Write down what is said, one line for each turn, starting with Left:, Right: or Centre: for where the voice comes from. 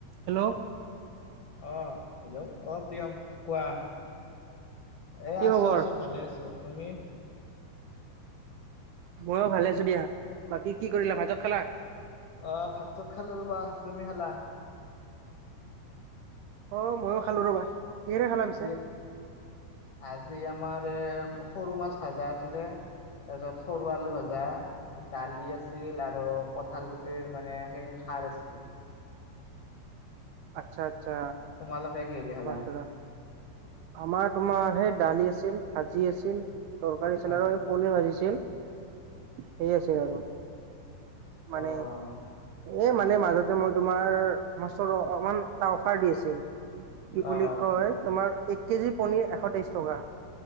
Right: Hello.
Left: অ hello. অ প্ৰিয়ম কোৱা? এ
Right: কি
Left: আছো
Right: খবৰ
Left: আছো ভালে আছো। তুমি?
Right: মইও ভালে আছো দিয়া। বাকী কি কৰিলা ভাত চাত খালা?
Left: আহ ভাত চাত খালো ৰবা। তুমি খালা?
Right: অ' ময়ো খালো ৰ'বা। কিহেৰে খালা পিছে
Left: কি আজি আমাৰ এ সৰু মাছ ভজা আছিলে। তাৰপিছত সৰু আলু ভাজা দালি আছিল আৰু কঠাল গুটিৰ মানে সেই সাৰ আছিল।
Right: আচ্ছা আচ্ছা
Left: তোমালোকে কিহেদি খালা
Right: <unintelligible> আমাৰ তোমাৰ সেই দালি আছিল। ভাজি আছিল তৰকাৰী আছিল
Left: অ
Right: আৰু এই পনিৰ ভাজিছিল সেই আছে আৰু মানে
Left: আহ আহ
Right: এ মানে মাজতে মই তোমাৰ মাছৰ অকমান এটা অফাৰ দি আছিল। কি বুলি
Left: অ অ
Right: কয় তোমাৰ এক কেজি পনিৰ এশ তেইশ টকা